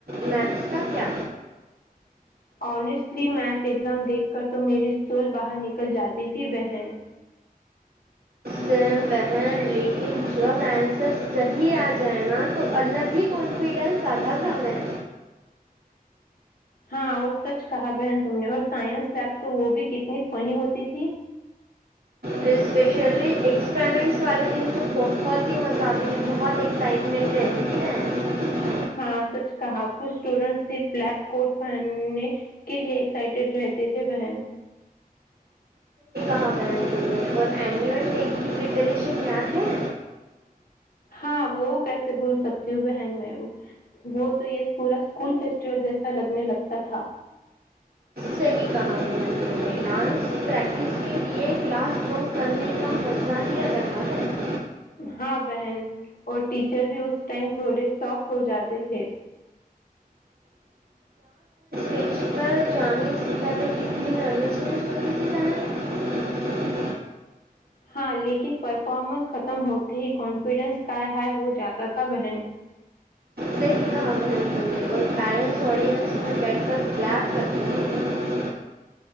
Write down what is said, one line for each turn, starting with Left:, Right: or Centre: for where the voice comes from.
Right: میتھس کا کیا
Left: آنیسٹلی میتھ ایگزام دیکھ کر تو میری اسل باہر نکل جاتی تھی بہن
Right: سیم بہین لیکن جب آنسر صحیح آ جائے نا تو الگ ہی کانفیڈنس آتا تھا ہمہے
Left: ہاں اور سچ کہا بہن تم نے اور سائنس لیب تو وہ بھی کتنی فنی ہوتی تھی
Right: اسپیشلی ایکسپریمنٹس والے دن تو بہت ہی مزہ آتی تھی بہت ایکسائٹمنٹ رہتی تھی وہ
Left: ہاں سچ کہا کچھ اسٹوڈنٹس سرف بلیک کوٹ پہن نے کے لیے ایکسائٹیڈ رہتے تے تھے بہن
Right: کیا اور اینیول ڈے کی پریپریشن یاد ہے
Left: ہاں وہ کیسے بھول سکتی ہوں بہن میں وہ تو یہ پورا اسکول فیسٹیول جیسا لگنے لگتا تھا
Right: صحیح کہا بہن تم نے ڈانس پریکٹس کے لیے کلاس بنک کرنے کا مزہ ہی الگ تھا ہے
Left: ہاں بہن اور ٹیچر بھی اس ٹائم تھوڑے سافٹ ہو جاتے تھے
Right: پیج پر جانے سے پہلے کتنی نروسنس ہوتی تھی بہن
Left: ہاں لیکن پرفارمنس ختم ہوتے ہی کانفیڈنس کا ہ ہو جاتا تھا بہن
Right: صحیح کہا بہن تم نے اور پیرنٹس آڈینس میں بیٹھ کر پیار کرتی ہیں